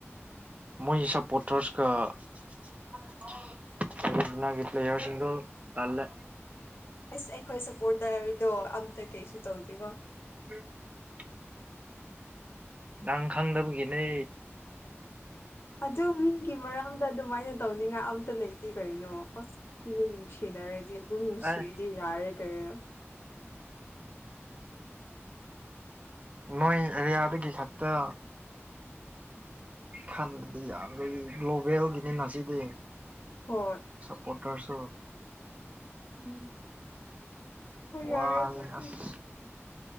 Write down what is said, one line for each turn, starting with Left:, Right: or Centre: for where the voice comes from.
Right: ꯃꯣꯏ ꯁꯞꯄꯣꯔꯠ ꯇ꯭ꯔꯁꯀ ꯑꯥꯔꯖꯦꯟꯇꯤꯅꯥꯒꯤ ꯄ꯭ꯂꯦꯌꯔ ꯁꯤꯡꯗꯣ ꯇꯟꯂꯦ
Left: ꯑꯁ ꯑꯩꯈꯣꯏ ꯁꯞꯄꯣꯔꯇꯔꯗꯣ ꯑꯝꯇ ꯀꯩꯁꯨ ꯇꯧꯗꯦꯀꯣ
Right: <inaudible> ꯅꯪ ꯈꯪꯗꯕꯒꯤꯅꯦ
Left: ꯑꯗꯨ ꯃꯤꯒꯤ ꯃꯔꯝꯗ ꯑꯗꯨꯃꯥꯏꯅ ꯇꯧꯅꯤꯡꯉꯥꯏ ꯑꯝꯇ ꯂꯩꯇꯦ ꯀꯩꯅꯣ ꯑꯁ ꯅꯨꯡꯁꯤ ꯁꯤꯟꯅꯔꯗꯤ ꯑꯗꯨꯝ ꯅꯨꯡꯁꯤꯔꯗꯤ
Right: ꯑꯦ
Left: ꯌꯥꯔꯦ ꯀꯩꯅꯣ
Right: ꯅꯣꯏ ꯑꯦꯔꯤꯌꯥꯗꯒꯤ ꯈꯛꯇ
Left: <inaudible>
Right: ꯈꯟꯕꯗꯤ ꯌꯥꯝ <unintelligible> ꯒ꯭ꯂꯣꯕꯦꯜꯒꯤꯅꯤꯅ ꯁꯤꯗꯤ
Left: ꯍꯣꯏ
Right: ꯁꯄꯣꯇꯔꯁꯨ
Left: ꯎꯝ ꯍꯣꯏ
Right: ꯋꯥꯔꯦ
Left: ꯌꯥꯔꯦ ꯑꯗꯨꯗꯤ
Right: ꯑꯁ